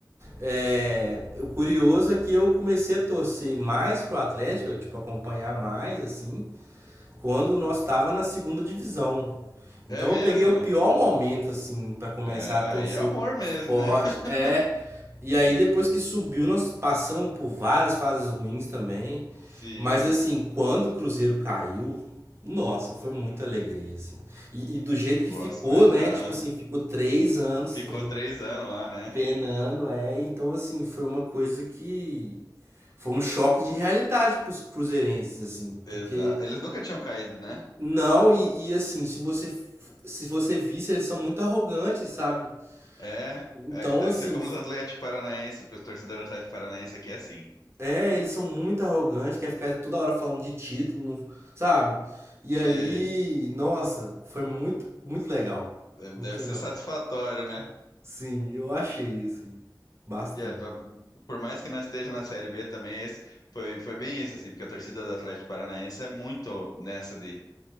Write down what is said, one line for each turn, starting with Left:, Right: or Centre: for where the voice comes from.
Right: É, o curioso é que eu comecei a torcer mais pro Atlético, tipo, acompanhar mais, assim, quando nós tava na segunda divisão.
Left: É
Right: Então
Left: mesmo?
Right: eu peguei o pior momento, assim, para começar
Left: É,
Right: a torcer
Left: aí é amor mesmo,
Right: forte.
Left: né? <laughs>
Right: É, E aí depois que subiu, nós passamos por várias fases ruins também.
Left: Sim,
Right: Mas assim, quando o Cruzeiro caiu, nossa, foi muita alegria, assim. E, e do jeito que
Left: posso
Right: ficou,
Left: imaginar.
Right: né? Tipo assim, ficou três anos
Left: Ficou
Right: seguidos
Left: três anos lá, né?
Right: penando, é. Então, assim, foi uma coisa que. Foi um choque de realidade pros cruzeirenses, assim.
Left: Exato.
Right: Porque.
Left: Eles nunca tinham caído, né?
Right: Não, e, e assim, se você. Se você visse, eles são muito arrogantes, sabe?
Left: É,
Right: Então,
Left: é, deve
Right: assim,
Left: ser como os Atlético Paranaense, o torcedor do Atlético Paranaense aqui é assim.
Right: É, eles são muito arrogantes, quer ficar toda hora falando de título, não- sabe? E
Left: Sei,
Right: aí, nossa, foi muito, muito legal.
Left: deve
Right: Muito
Left: deve
Right: legal.
Left: ser satisfatório, né?
Right: Sim, eu achei, assim, bastante.
Left: E é, pra- por mais que não esteja na Série B também, esse foi, foi bem isso, assim, porque a torcida do Atlético Paranaense é muito nessa de.